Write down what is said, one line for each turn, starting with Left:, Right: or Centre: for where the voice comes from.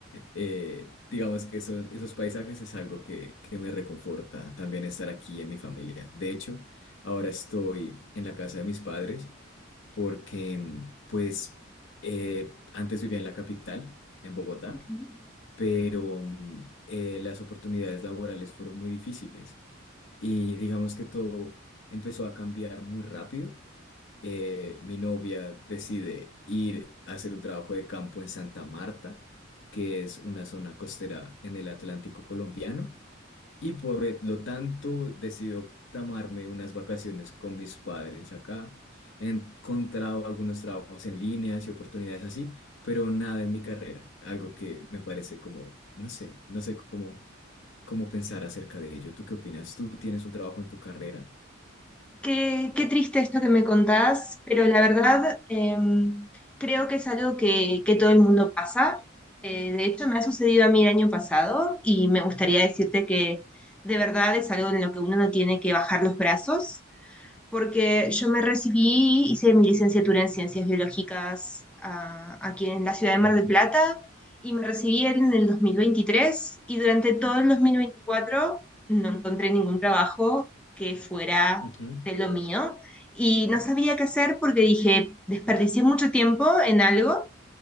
Left: eh, digamos que son, esos paisajes es algo que, que me reconforta también estar aquí en mi familia. De hecho, ahora estoy en la casa de mis padres porque, mm, pues, eh, antes vivía en la capital, en Bogotá,
Centre: Ujú.
Left: pero mm, eh, las oportunidades laborales fueron muy difíciles y digamos que todo empezó a cambiar muy rápido eh, mi novia decide ir a hacer un trabajo de campo en Santa Marta, que es una zona costera en el Atlántico colombiano, y por e- lo tanto decido tomarme unas vacaciones con mis padres acá. He encontrado algunos trabajos en líneas y oportunidades así, pero nada en mi carrera, algo que me parece como, no sé, no sé cómo, cómo pensar acerca de ello. ¿Tú qué opinas? ¿Tú tienes un trabajo en tu carrera?
Centre: Qué, qué triste esto que me contás, pero la verdad em, creo que es algo que, que todo el mundo pasa. Eh, de hecho, me ha sucedido a mí el año pasado y me gustaría decirte que de verdad es algo en lo que uno no tiene que bajar los brazos porque yo me recibí, hice mi licenciatura en Ciencias Biológicas ah, aquí en la ciudad de
Left: Ujú.
Centre: Mar del Plata y me recibí en el 2023 y durante todo el 2024 no encontré ningún trabajo que fuera
Left: Ujú.
Centre: de lo mío y no sabía qué hacer porque dije, desperdicié mucho tiempo en algo